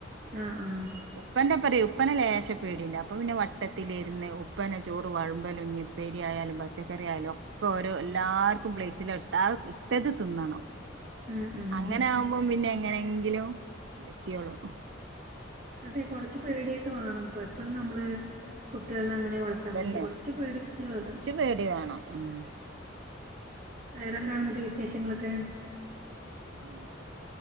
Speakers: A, on the right; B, on the right.
A: അപ്പൊ
B: ആഹ് ആഹ്
A: ഉപ്പാന്റെ <unintelligible> ഉപ്പന ലേഷപേടിണ്ട് അപ്പൊ പിന്നെ വട്ടത്തിലിരുന്ന് ഉപ്പന ചോറ് വള്മ്പലും ഉപ്പേരി ആയാലും പച്ചക്കറി ആയാലും ഒക്കെ ഓരോ എല്ലാവർക്കും പ്ലേറ്റില ഇട്ട ഇട്ടത് തിന്നണം
B: ഉം ഉം
A: അങ്ങനെ ആകുമ്പോം പിന്നെ എങ്ങനെ എങ്കിലോ എത്തിയോളൂ
B: അതെ കൊറച്ചു പേടിയൊക്കെ വേണം അപ്പ എപ്പോഴും
A: ആഹ്
B: നമ്മള് കുട്ടികള അങ്ങനെ വളർത്താൻ
A: അതന്നെ
B: പറ്റില്ല കൊറച് പേടിപ്പിച്ച് വളർത്തണം
A: കൊറച്ച് പേടി വേണം ഉം
B: വേറെന്താണ് എന്നിട്ട് വിശേഷങ്ങളൊക്കെ
A: പിന്നെന്താ